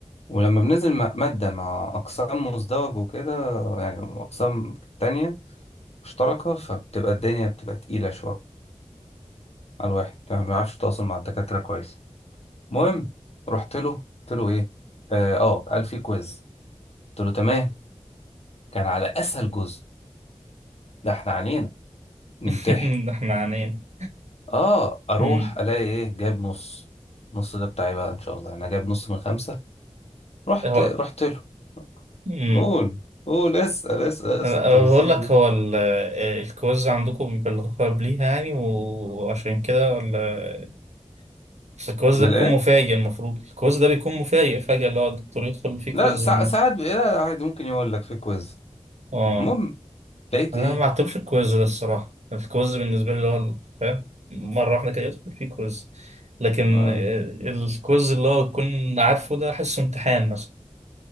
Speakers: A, on the left; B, on the right.
A: ولما بننزل م- ماده مع اقسام مزدوج وكده يعني اقسام تانية مشتركه فبتبقى الدنيا بتبقى تقيله شويه على الواحد ما بيعرفش يتواصل مع الدكاتره كويس المهم رحت له قلت له ايه اه آه، قال في كويز قلت له تمام كان على اسهل جزء ده احنا علينا نمتحن
B: <laughs> ده إحنا عانين
A: اه اروح
B: مم.
A: الاقي ايه جاب نص نص ده بتاعي بقى ان شاء الله يعني انا جاب نص من خمسة رحت
B: هو
A: رحت له
B: مم.
A: قول قول اسال اسال اسال
B: أنا
A: التفاصيل
B: بقول لك
A: دي
B: هو ال- آه، الكويز عندكم بيبلغوكوا قبليها يعني وعشان كده ولا بس الكويز ده
A: بالايه
B: بيكون مفاجئ المفروض الكويز ده بيكون مفاجئ فجأة اللي هو الدكتور يدخل فيه كويز
A: لا سا-
B: إنه
A: ساعات بقى لا عادي ممكن يقول لك في كويز
B: آه
A: المهم لقيت
B: انا
A: ايه
B: ما اعتبرش الكويز ده الصراحه يعني الكويز بالنسبه لي اللي هو ال- فاهم مره واحده كده يدخل فيه كويز لكن
A: اه,
B: آه، الكويز اللي هو تكون عارفه ده احسه امتحان مثلا